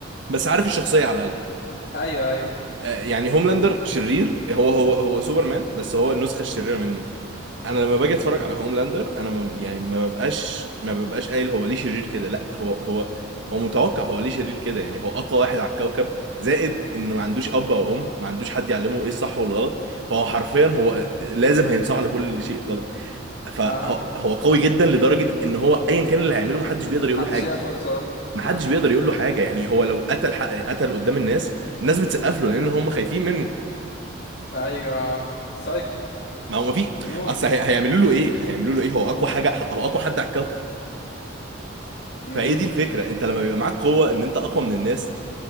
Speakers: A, on the right; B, on the left.
A: بس عارف الشخصيه على الاقل
B: ايوه ايوه
A: آه، يعني هوملاندر شرير هو هو هو سوبرمان بس هو النسخه الشريره منه انا لما باجي اتفرج على هوملاندر انا ما يعني ما ببقاش ما ببقاش قايل هو ليه شرير كده لا هو هو هو متوقع هو ليه شرير كده يعني هو اقوى واحد على الكوكب زائد انه ما عندوش اب او ام ما عندوش حد يعلمه ايه الصح والغلط فهو حرفيا هو لازم هينصاع لكل شيء غلط فهو
B: اه
A: هو قوي جدا لدرجة ان هو ايا كان اللي هيعمله محدش بيقدر يقول
B: حد
A: له حاجة
B: شاف رصاصة
A: محدش
B: اه
A: بيقدر يقول له حاجة يعني هو لو قتل حق قتل قدام الناس الناس بتسقف له لان هم خايفين منه
B: ايوه سايكو
A: ما هو ما في
B: جنون
A: اصل هي- هيعملوا له ايه هيعملوا له ايه هو اقوى حاجة هو اقوى حد على الكوكب
B: امم
A: فايه دي الفكره انت لما بيبقى معاك قوه ان انت اقوى من الناس